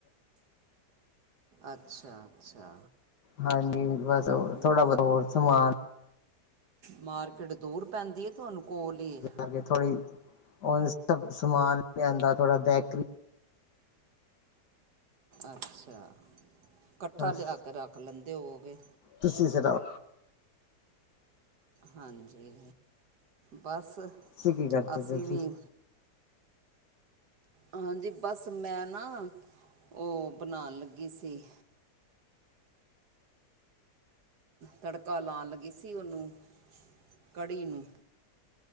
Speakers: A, on the right (about 70°); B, on the left (about 70°).
A: ਅੱਛਾ ਅੱਛਾ
B: ਹਾਂਜੀ ਬਸ
A: ਹਮ
B: ਥੋੜ੍ਹਾ ਬਹੁਤ ਹੋਰ ਸਮਾਨ
A: ਮਾਰਕੀਟ ਦੂਰ ਪੈਂਦੀ ਹੈ ਤੁਹਾਨੂੰ ਕੋਲ ਈ ਐ
B: ਅਗੇ ਥੋੜ੍ਹੀ ਉਹ ਇਸ ਦਾ ਸਮਾਨ ਲਿਆਂਦਾ ਥੋੜਾ ਬੈਕਰੀ
A: ਅੱਛਾ ਇਕੱਠਾ
B: ਬਸ
A: ਲਿਆ ਕੇ ਰੱਖ ਲੈਂਦੇ ਹੋਵੋਗੇ
B: ਤੁਸੀਂ ਸੁਣਾਓ
A: ਹਾਂਜੀ ਬਸ
B: ਤੁਸੀ ਕੀ ਕਰਦੇ
A: ਅਸੀਂ
B: ਪਏ
A: ਵੀ
B: ਸੀ
A: ਹਾਂਜੀ ਬਸ ਮੈਂ ਨਾ ਉਹ ਬਣਾਉਣ ਲੱਗੀ ਸੀ ਤੜਕਾ ਲਾਉਣ ਲੱਗੀ ਸੀ ਉਹਨੂੰ ਕੜੀ ਨੂੰ